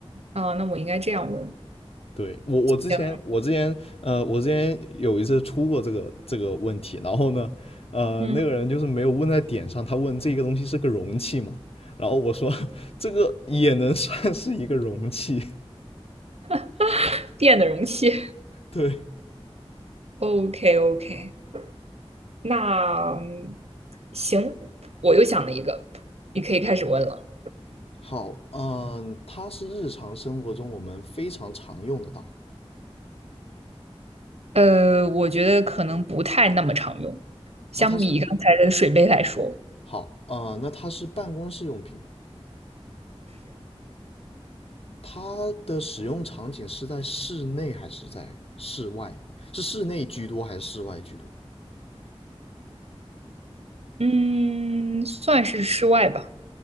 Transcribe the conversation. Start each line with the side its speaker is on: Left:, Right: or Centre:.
Right: 啊，那我应该这样问。
Left: 对，我我之前我之前呃我之前有一次出过这个这个问题，
Right: 行
Left: 然后呢，呃那个人就是没有问在点上，
Right: 嗯，
Left: 他问这个东西是个容器嘛，然后我说 <laughs> 这个也能算是一个容器，
Right: <laughs> 电的容器。
Left: <laughs> 对，
Right: OK OK，那嗯行，我又想了一个，你可以开始问了。
Left: 好，嗯，它是日常生活中我们非常常用得到的。
Right: 呃，我觉得可能不太那么常用，相比刚才的水杯来说，
Left: 那它是好，啊，那它是办公室用品，它的使用场景是在室内还是在室外？是室内居多还是室外居多？
Right: 嗯，算是室外吧。